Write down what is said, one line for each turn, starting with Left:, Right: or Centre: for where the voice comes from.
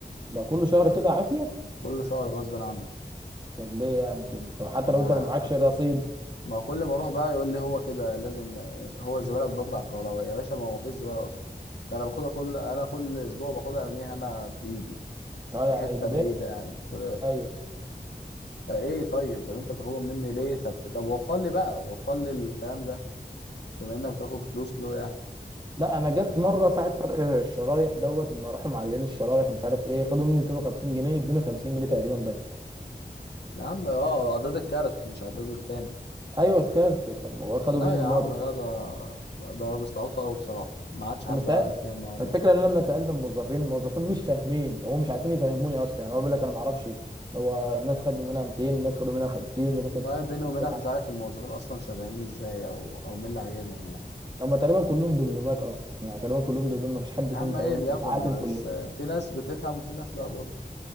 Right: ده كل شهر كده عافيه
Left: كل شهر غصب عنه
Right: طب ليه يعني كده؟ طب حتى
Left: ما
Right: لو انت ما معكش رصيد
Left: ما كل ما اروح بقى يقول لي هو كده لازم هو الزباله اتضافت على الكهرباء يا باشا ما هو مفيش زباله اصلا ده انا باخدها كل انا كل اسبوع باخدها ارميها انا بايدي
Right: اه
Left: في
Right: يعني
Left: حته
Right: اجباري
Left: بعيده يعني في...
Right: ايوه
Left: ايه طيب طب انت بتاخدهم مني ليه طب طب وفر لي بقى وفر لي الكلام ده بما انك بتاخد فلوس له يعني
Right: لا انا جت مره ساعه فرق الشرايح دوت لما راحوا معلقين الشرايح ومش عارف ايه خدوا مني 250 جنيه ادوني 50 جنيه تقريبا بس
Left: يا عم اه عداد الكارت مش عداد التاني
Right: ايوه الكارت كان هو خدوا
Left: لا
Right: مني
Left: يا
Right: مره
Left: عم لا ده بقوا بيستعبطوا قوي بصراحه ما عادش حد
Right: لما سأل
Left: عارف يعمل هو
Right: الفكره ان أنا لما سالت الموظفين الموظفين مش فاهمين هو مش عارفين يفهموني اصلا يعني هو بيقول لك انا ما اعرفش هو الناس خدوا منها 200 الناس خدوا منها 50 الناس
Left: والله
Right: خدوا
Left: بيني وبينك
Right: يعني
Left: مش عارف الموظفين اصلا شغالين ازاي او او مين اللي عينهم يعني
Right: هم تقريبا كلهم دبلومات اصلا يعني تقريبا كلهم دبلوم ما فيش حد
Left: يا
Right: فيهم
Left: عم
Right: تقريبا
Left: ايا
Right: بيتعلم
Left: يكن بس
Right: كلنا
Left: في ناس بتفهم وفي ناس لا برضه